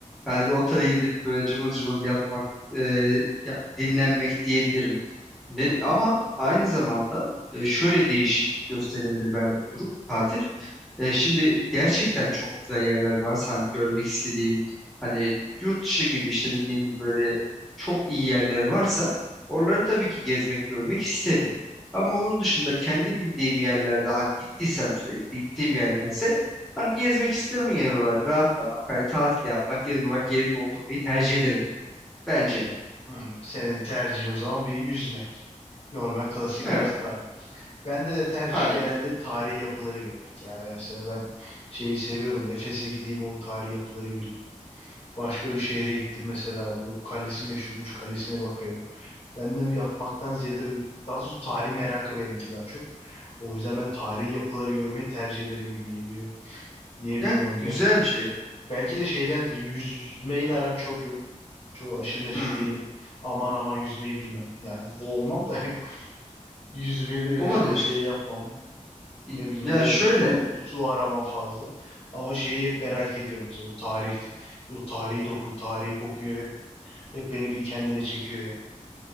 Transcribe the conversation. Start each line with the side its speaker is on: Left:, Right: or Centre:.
Centre: Yani bir otele gidip böyle cıvıl cıvıl yatmak, e, ya- dinlenmek diyebilirim. Ne, ama aynı zamanda e, şöyle değişik gösterebilir bende bu durum tatil. E, şimdi gerçekten çok güzel yerler varsa hani görmek istediğim hani yurt dışı gibi işte dediğin gibi böyle çok iyi yerler varsa oraları tabii ki gezmek görmek isterim. Ama onun dışında kendi bildiğim yerlerde hani gittiysem sürekli gittiğim yerlerse hani gezmek isterim genel olarak rahatlamak hani tatil yapmak genel olarak yerimde oturmayı tercih ederim bence.
Left: Hmm, Senin tercihin o zaman bir yüzmek. Normal klasik
Centre: Evet
Left: yaz tatili. Bende de tercih
Centre: aynen.
Left: genelde tarihi yapıları görmek Yani Mesela ben şeyi seviyorum. Efes'e gideyim o tarihi yapıları göreyim. Başka bir şehre gittim mesela. Yok kalesi meşhurmuş kalesine bakayım. Ben de yatmaktan ziyade böyle, daha doğrusu tarih merakı benimki daha çok. O yüzden ben tarihi yapıları görmeyi tercih ederim gibi geliyor. Niye
Centre: Ya
Left: bilmiyorum.
Centre: güzel
Left: Yani
Centre: bir şey.
Left: belki de şeydendir. Yüzmeyle aram çok yok. Çok aşırı neşir
Centre: Hmm.
Left: değilim. Aman aman yüzmeyi bilmem. Yani boğulmam da <laughs> yüzmeyi de öyle
Centre: Olabilir.
Left: çok şey yapmam.
Centre: Y-
Left: ne bileyim
Centre: Yani
Left: öyle
Centre: şöyle
Left: bir su su araman fazla. Ama şeyi hep merak ediyorum mesela o tarih o tarihi doku, tarihi kokuyor hep hep beni bir kendine çekiyor yani.